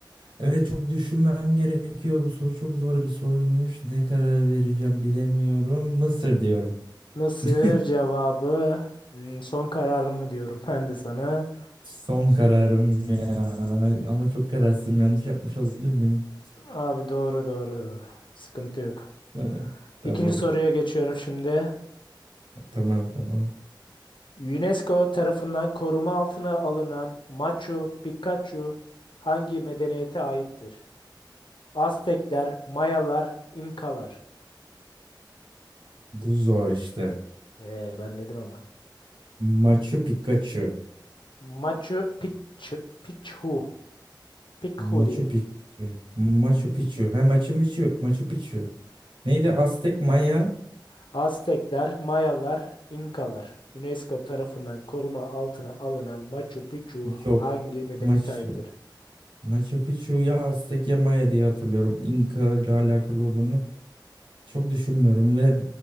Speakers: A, on the right (about 80°); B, on the left (about 80°).
A: evet çok düşünmem gerekiyor. Bu soru çok zor bir soruymuş. Ne karar vereceğim bilemiyorum. Mısır diyorum.
B: Mısır
A: <laughs>
B: cevabı hmm, son kararım mı diyorum <laughs> ben de sana.
A: Son kararım ya. Ama çok kararsızım. Yanlış yapmış olabilir miyim?
B: Abi doğru doğru doğru. Sıkıntı yok.
A: Tamam. Tamam.
B: İkinci soruya geçiyorum şimdi.
A: Tamam tamam.
B: UNESCO tarafından koruma altına alınan Machu Picchu hangi medeniyete aittir? Aztekler, Mayalar, İnkalar.
A: Bu zor işte.
B: Ee, ben dedim ama.
A: Machu Picchu.
B: Machu Picchu, Picchu, Picchu
A: Machu
B: diye.
A: Picchu. Machu Picchu. Ha Machu Picchu. Machu Picchu. Neydi? Aztek, Maya.
B: Aztekler, Mayalar, İnkalar. UNESCO tarafından koruma altına alınan Machu Picchu hangi
A: Yok.
B: medeniyete
A: Machu.
B: aittir?
A: Machu Picchu ya Aztek ya Maya diye hatırlıyorum. İnka ile alakalı olduğunu çok düşünmüyorum ve